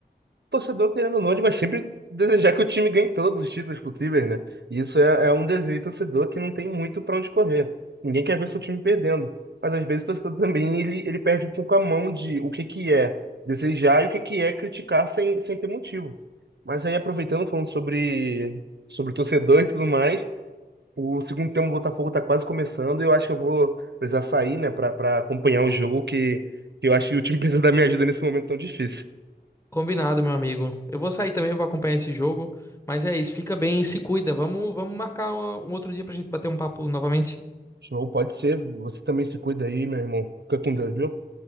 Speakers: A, on the right (about 75°); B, on the left (about 15°).
A: torcedor, querendo ou não, ele vai sempre desejar que o time ganhe todos os títulos possíveis, né? E isso é, é um desejo do torcedor que não tem muito pra onde correr. Ninguém quer ver seu time perdendo. Mas às vezes o torcedor também ele, ele perde um pouco a mão de o que que é desejar e o que que é criticar sem, sem ter motivo. Mas aí aproveitando, falando sobre, sobre torcedor e tudo mais, o segundo tempo do Botafogo tá quase começando e eu acho que eu vou precisar sair, né, pra, pra acompanhar o jogo que, que eu acho que o time precisa da minha ajuda nesse momento tão difícil.
B: Combinado, meu amigo. Eu vou sair também, eu vou acompanhar esse jogo. Mas é isso, fica bem e se cuida. Vamos, vamos marcar um outro dia pra gente bater um papo novamente.
A: Show, pode ser. Você também se cuida aí, meu irmão. Fica com Deus, viu?